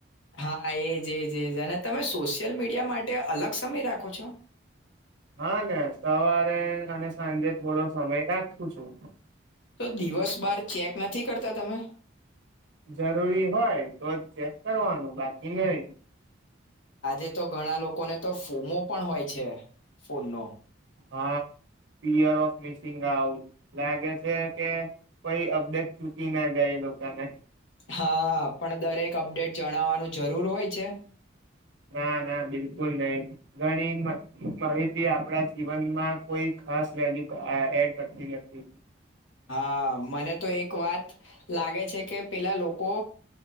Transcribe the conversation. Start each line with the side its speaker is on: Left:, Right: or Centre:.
Left: હા એજ એજજ અને તમે સોશિયલ મીડિયા માટે અલગ સમય રાખો છો
Right: હા ને સવારે અને સાંજે થોડો સમય રાખું છું
Left: તો દિવસ બાર ચેક નથી કરતા તમે
Right: જરૂરી હોય તો જ ચેક કરવાનું બાકી નહી
Left: આજે તો ઘણા લોકોને તો ફોમો પણ હોય છે ફોનનો
Right: હા પીયર ઓફ મિસિંગ આઉટ લાગે છે કે કોઈ અપડેટ ચુકી ના જાય એ લોકોને
Left: હા પણ દરેક અપડેટ જણાવવાનું જરૂર હોય છે
Right: ના ના બિલકુલ નહી ઘણી માહિતી આપણા જીવનમાં કોઈ ખાસ વેલ્યુ એડ કરતી નથી
Left: હા મને તો એક વાત લાગે છે કે પેલા લોકો